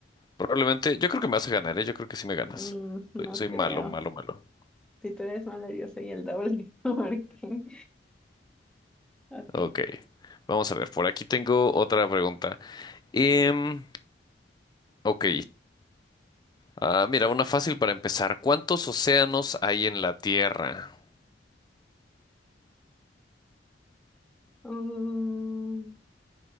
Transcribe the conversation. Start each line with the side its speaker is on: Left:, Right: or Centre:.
Left: Probablemente, yo creo que me vas a ganar, ¿eh? Yo creo que sí me ganas.
Centre: mm, no
Left: Soy, soy
Centre: creo.
Left: malo, malo, malo.
Centre: Si tú eres malo, yo soy el doble. <laughs> Porque, Ok.
Left: Ok, vamos a ver, por aquí tengo otra pregunta. Em, ok, Ah, mira, una fácil para empezar. ¿Cuántos océanos hay en la Tierra?
Centre: mm,